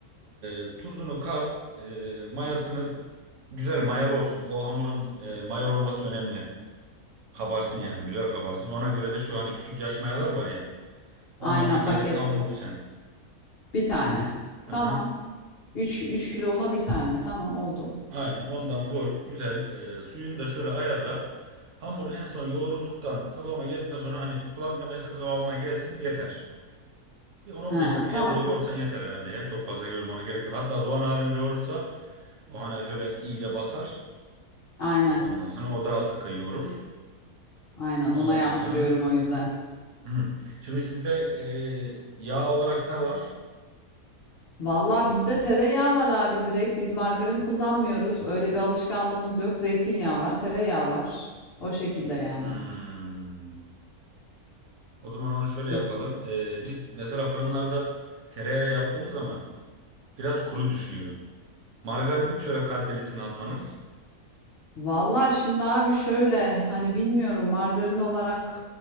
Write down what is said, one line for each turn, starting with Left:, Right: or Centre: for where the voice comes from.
Right: E, tuzunu kat, e, mayasını güzel mayalı olsun. O hamurun e, mayalı olması önemli. Kabarsın yani, güzel kabarsın. Ona göre de şu hani küçük yaş mayalar var ya. Ondan
Left: Aynen
Right: bir tane
Left: paket.
Right: tam vur sen.
Left: Bir tane. Tamam.
Right: Hı hı.
Left: Üç, üç kilo ona bir tane. Tamam oldu.
Right: Aynen ondan vur. Güzel. E, suyunu da şöyle ayarla. Hamur en son yoğrulduktan, kıvama geldikten sonra hani kulak memesi kıvamına gelsin yeter. Bir 10-15
Left: Ha,
Right: dakika
Left: tamam.
Right: elde yoğursan yeter herhalde ya. Çok fazla yoğurmana gerek yok. Hatta Doğan abim yoğurursa o hani şöyle iyice basar.
Left: Aynen.
Right: Ondan sonra o daha sıkı yoğurur.
Left: Aynen ona
Right: Ondan
Left: yaptırıyorum
Right: sonra.
Left: o yüzden.
Right: Hı. Şimdi sizde e, yağ olarak ne var?
Left: Vallahi bizde tereyağı var abi direkt. Biz margarin kullanmıyoruz. Öyle bir alışkanlığımız yok. Zeytinyağı var, tereyağı var. O şekilde yani.
Right: Hmm. O zaman onu şöyle
Left: Ya.
Right: yapalım. E, biz mesela fırınlarda tereyağı yaptığımız zaman biraz kuru düşüyor. Margarinin şöyle kalitelisini alsanız.
Left: Vallahi şimdi abi şöyle hani bilmiyorum margarin olarak